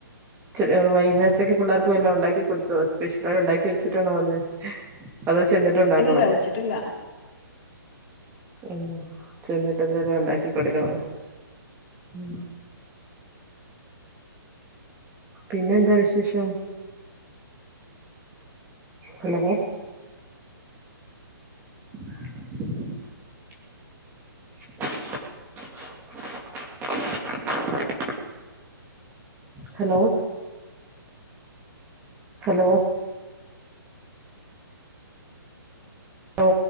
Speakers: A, on the right; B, on the left.
A: ഉ വൈകുന്നേരത്തേക്കെ പിള്ളേർക്കും വല്ലാം ഉണ്ടാക്കി കൊടുത്തുവോ സ്പെഷ്യലായി ഉണ്ടാക്കി വെച്ചിട്ടാണോ വന്ന് അത് ചെന്നിട്ടുണ്ടാക്കണോ
B: ഇല്ല വെച്ചിട്ടില്ല
A: ഉ ചെന്നിട്ട എന്തിലം ഉണ്ടാക്കി കൊടുക്കണ ഉം
B: അം
A: പിന്നെ എന്താ വിശേഷം ഹലോ <unintelligible> <inaudible> ഹലോ ഹലോ ഓ